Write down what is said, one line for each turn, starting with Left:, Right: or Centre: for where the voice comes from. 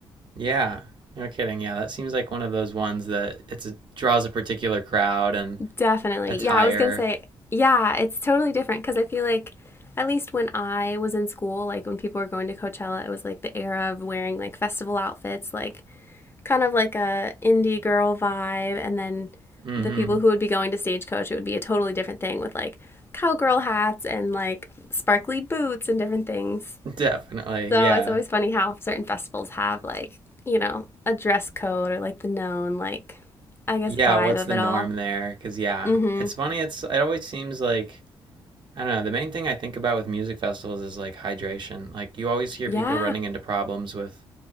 Right: Yeah, no kidding. Yeah, that seems like one of those ones that it's a, draws a particular crowd and
Left: Definitely.
Right: attire.
Left: Yeah, I was going to say, yeah, it's totally different because I feel like at least when I was in school, like when people were going to Coachella, it was like the era of wearing like festival outfits, like kind of like a indie girl vibe and then
Right: <laughs> mm-hmm.
Left: the people who would be going to Stagecoach, it would be a totally different thing with like cowgirl hats and like sparkly boots and different things.
Right: Definitely.
Left: So
Right: Yeah.
Left: it's always funny how certain festivals have like, you know, a dress code or like the known like I guess
Right: Yeah,
Left: vibe
Right: what's
Left: of
Right: the
Left: it
Right: norm
Left: all.
Right: there? Cuz yeah,
Left: Mhm.
Right: it's funny. It's it always seems like I don't know, the main thing I think about with music festivals is like hydration. Like you always hear
Left: Yeah.
Right: people running into problems with